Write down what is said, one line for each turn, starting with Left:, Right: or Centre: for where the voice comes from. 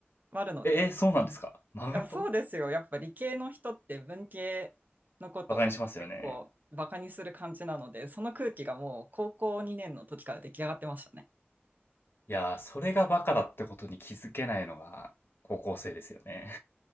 Right: まるので、
Left: えー、そうなんですかマウント
Right: いや、そうですよ。やっぱ理系の人って文系のことを結構バカにする感じなので、
Left: バカにしますよね。
Right: その空気がもう高校2年の時から出来上がってましたね。
Left: いやー、それがバカだってことに気づけないのが高校生ですよね。